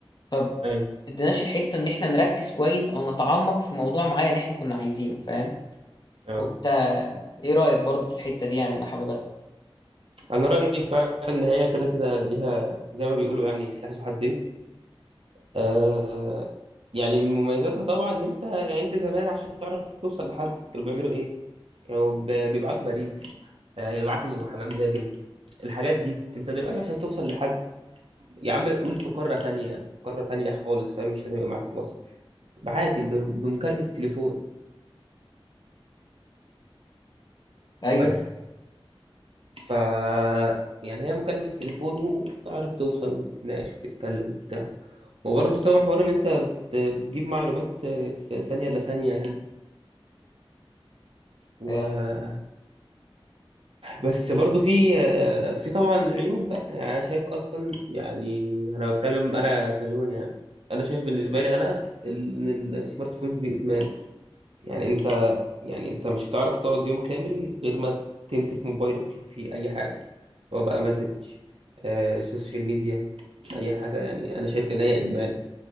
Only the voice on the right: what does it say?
ايوه
اه
انا رأيي فعلا ان هي كده كده ليها زي ما بيقولوا يعني سلاح ذو حدين آه يعني من مميزاتها طبعا ان انت يعني انت زمان عشان تعرف توصل لحد كانوا بيعملوا ايه كانوا ب- بيبعتوا بريد آه، يبعتوا حمام زاجل الحاجات دي انت دلوقتي عشان توصل لحد يا عم قول في قارة تانية في قارة تانية خالص فاهم مش لازم يبقى معاك في مصر عادي ب- بمكالمة تليفون
بس ف يعني هي مكالمة تليفون وتعرف توصل وتتناقش وتتكلم وبتاع وبرضه طبعا حوار ان انت بت- بتجيب معلومات في ثانية إلا ثانية يعني و
بس برضو في آه، في طبعا عيوب بقى يعني انا شايف اصلا يعني انا بتكلم انا كجون يعني انا شايف بالنسبه لي انا ان السمارت فونز دي ادمان يعني انت يعني انت مش هتعرف تقعد يوم كامل غير ما تمسك موبايلك تشوف فيه اي حاجه سواء بقى مسج آه سوشيال ميديا اي حاجه يعني انا شايف ان هي ادمان